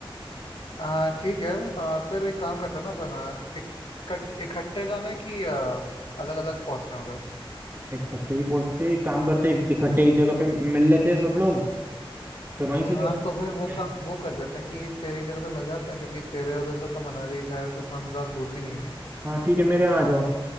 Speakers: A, on the left; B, on the right.
A: हाँ ठीक है आ, फिर एक काम करते हैं ना अपन आ, इक- इकट्ठ इकट्ठे जाना है कि अलग अलग पहुंचना है उधर
B: इकट्ठे ही पहुंचते एक काम करते इकट्ठे एक जगह पे मिल लेते हैं सब लोग फिर वहीं से
A: हाँ
B: चलते
A: तो फिर वो
B: हैं
A: का वो कर देते हैं कि तेरी जगह पे मिल जाते हैं क्योंकि तेरे उधर से तो मनाली शायद उतना ज़्यादा दूर भी नहीं है नहीं
B: हाँ ठीक है मेरे यहाँ आ जाओ